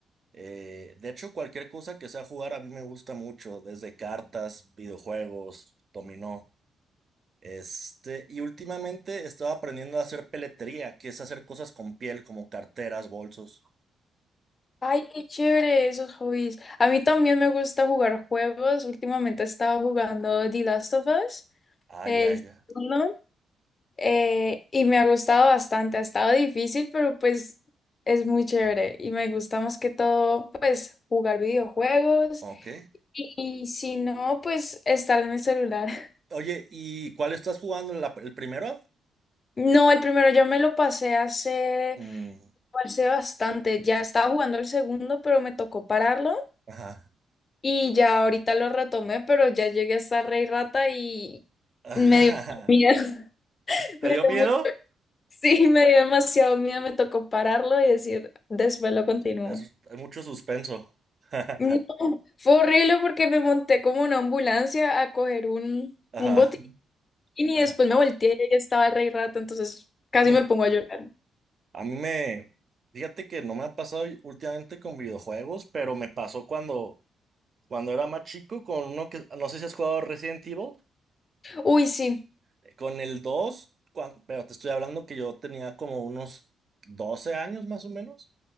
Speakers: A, on the right; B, on the left.
A: Eh, de hecho, cualquier cosa que sea jugar a mí me gusta mucho, desde cartas, videojuegos, dominó. Este, y últimamente estaba aprendiendo a hacer peletería, que es hacer cosas con piel, como carteras, bolsos.
B: Ay, qué chévere esos hobbies. A mí también me gusta jugar juegos. Últimamente he estado jugando The Last of Us,
A: Ah,
B: el
A: ya, ya.
B: segundo, eh, y me ha gustado bastante. Ha estado difícil, pero pues es muy chévere y me gusta más que todo, pues, jugar videojuegos
A: Ok.
B: y y si no, pues estar en el celular.
A: Oye, ¿y cuál estás jugando? ¿La- ¿El primero?
B: No, el primero ya me lo pasé hace,
A: Mm,
B: hace bastante. Ya estaba jugando el segundo, pero me tocó pararlo.
A: ajá.
B: Y ya ahorita lo retomé, pero ya llegué hasta Rey Rata y
A: <laughs>
B: me dio miedo. <laughs>
A: ¿Te
B: Me
A: dio
B: dio
A: miedo?
B: mu- sí, me dio demasiado miedo. Me tocó pararlo y decir, después lo continúo.
A: Es- hay mucho suspenso. <laughs>
B: No, fue horrible porque me monté como una ambulancia a coger un,
A: Ajá,
B: un botín y
A: ajá.
B: después me volteé y ahí estaba el Rey Rata, entonces casi
A: Mm.
B: me pongo a llorar.
A: A mí me, fíjate que no me ha pasado últimamente con videojuegos, pero me pasó cuando, cuando era más chico con uno que, no sé si has jugado Resident Evil,
B: Uy, sí,
A: eh, con el 2. cuan- pero te estoy hablando que yo tenía como unos 12 años más o menos.